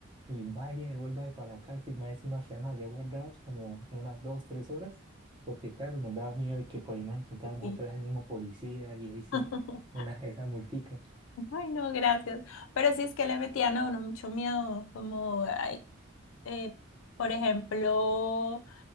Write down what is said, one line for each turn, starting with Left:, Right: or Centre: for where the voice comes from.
Right: y vaya, devuélvase para la casa y más encima quedarnos allá guardados como unas dos, tres horas, porque claro, nos daba miedo de que por ahí nos encontrábamos
Left: Sí.
Right: otra vez el mismo policía y ahí sí,
Left: <laughs>
Right: una, esa multica.
Left: Ay, no, gracias. Pero sí es que le metían a uno mucho miedo, como, ay, eh, por ejemplo,